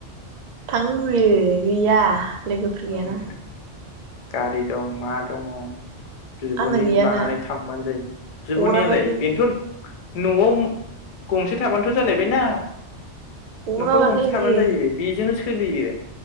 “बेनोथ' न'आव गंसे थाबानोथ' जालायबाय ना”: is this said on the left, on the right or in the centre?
Left